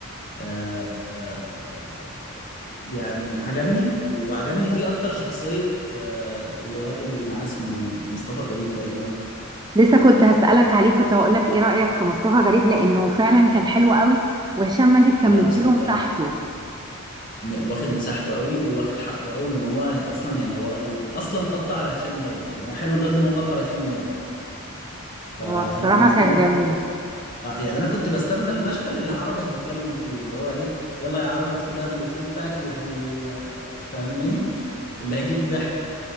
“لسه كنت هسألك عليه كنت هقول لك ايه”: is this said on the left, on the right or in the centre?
Right